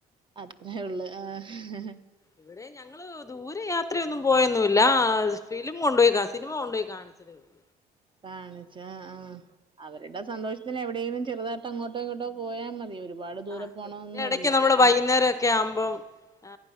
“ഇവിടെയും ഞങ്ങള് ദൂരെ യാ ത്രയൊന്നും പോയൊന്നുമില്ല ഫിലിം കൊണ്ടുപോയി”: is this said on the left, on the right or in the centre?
Left